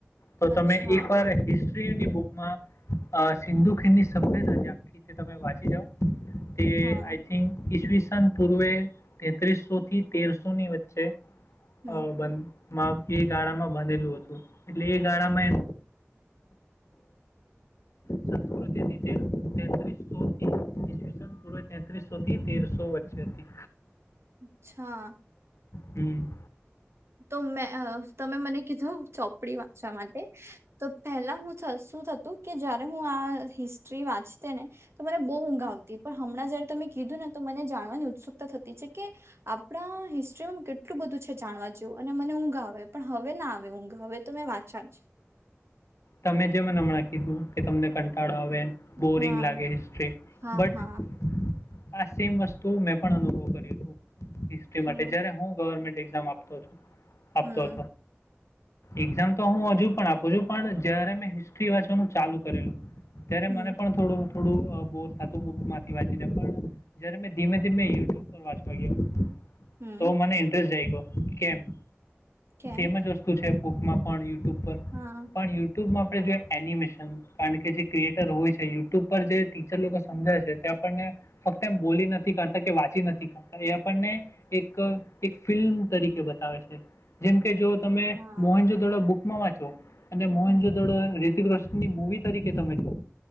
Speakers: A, on the left; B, on the right.
A: તો તમે
B: અચ્છા
A: એકવાર હીસ ની બુકમાં સિંધુખીણની સભ્યતાજી આખી તે તમે વાંચી જાઓ. તે
B: હા
A: આઈ થિંક ઈસવીસ સન પૂર્વે તેત્રીસોથી તેરસોની વચ્ચે
B: હમ
A: અ બંધ માં એ ગાળામાં બનેલું હતું. એટલે એ ગાળામાં <inaudible> જે સંકૃતિ હતી તે તેત્રીસોથી પૂ તેત્રીસોથી તેરસો વચ્ચે હતી.
B: અચ્છા.
A: હમ્મ.
B: તો મે અ તમે મને કીધું ચોપડી વાંચવા માટે તો પહેલા હું થત શું થતું કે જયારે હું આ હિસ્ટ્રી વાંચતી ને તો મને બહુ ઊંઘ આવતી પણ હમણાં જયારે તમે કીધું ને તો મને જાણવાની ઉત્સુકતા થતી છે કે આપણા હિસ્ટ્રીમાં કેટ કેટલું બધું છે જાણવા જેવું. અને મને ઊંઘ આવે પણ હવે ના આવે ઊંઘ હવે તો મેં વાંચા જ
A: તમે જે મને હમણાં કીધું કે તમને કંટાળો આવે આવે બોરિંગ
B: હા
A: લાગે હિસ્ટ્રી
B: હા
A: બટ
B: હા
A: આ સેમ વસ્તુ મેં પણ અનુભવ કર્યું તું. હિસ્ટ્રી
B: હા
A: માટે જયારે હું ગવર્મેન્ટ એક્ઝામ આપતો હતો. આપતો
B: હમ્મ.
A: એક્ઝામ તો હું હજુ પણ આપું છું પણ જયારે મેં હિસ્ટ્રી વાંચવાનું ચાલુ કરેલું ત્યારે
B: હમ
A: મને પણ થોડું થોડું અ બોર થાતું બુકમાંથી વાંચીને પણ જ્યારે મેં ધીમે ધીમે યુટ્યુબ પર વાંચવા ગયો.
B: હમ
A: તો મને ઇન્ટરસ્ટ જાયગો. કેમ?
B: કેમ
A: સેમ જ વસ્તુ છે. માં પણ યટુબ પર
B: હા
A: પણ યુટ્યુબમાં આપ જો એનિમેશન કારણ કે જે ક્રિએટર હોય છે યુટ્યુબ પર જે ટીચર લોકો સમજાય છે તે આપણને ફક્ત એમ બોલી નથી કરતા કે વાંચી નથી કરતા એ આપણને એક ફિલ્મ તરીકે બતાવે છે. જેમ કે કે જો તમે
B: હા
A: મોહન જો દડો બુક વાંચો અને મોહન
B: હમ
A: જો થોડો રી કૃષ્ણની મુવી તરીકે તમે જો.